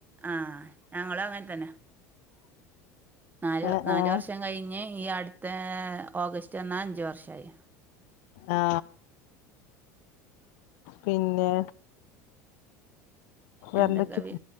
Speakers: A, on the right; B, on the left.
A: ആ ഞങ്ങളും അങ്ങൻത്തെന്നെ നാല്
B: ആഹ്
A: നാല്
B: ആഹ്
A: വർഷം കയ്ഞ്ഞ് ഈ അടുത്ത ഓഗസ്റ്റ് വന്ന അഞ്ച് വർഷായി
B: ആ പിന്നെ വേറെന്തൊക്കെ
A: എന്തൊക്കെപി